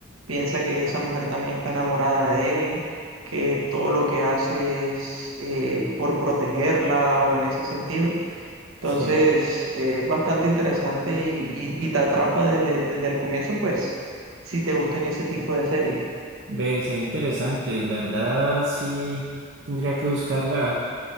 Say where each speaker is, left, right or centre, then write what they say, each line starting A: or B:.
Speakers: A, on the right (about 75°); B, on the right (about 60°).
A: piensa que esa mujer también está enamorada de él, que todo lo que hace es eh, por protegerla o en ese sentido. Entonces,
B: Sí,
A: eh, es bastante interesante y, y- y te atrapa desde, desde el comienzo, pues, si te gustan ese tipo de series.
B: ve, se interesante. La verdad, sí, tendría que buscarla.